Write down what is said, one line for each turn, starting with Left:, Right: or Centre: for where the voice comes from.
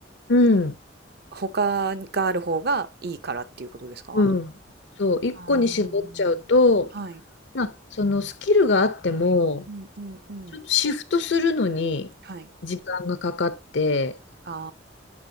Left: うん。
Right: 他がある方がいいからっていうことですか？
Left: うん。そう、一個に絞っちゃうと、
Right: ああ、はい。
Left: まあ、そのスキルがあっても、
Right: うんうんうん。
Left: ちょっとシフトするのに時間がかかって
Right: はい。あ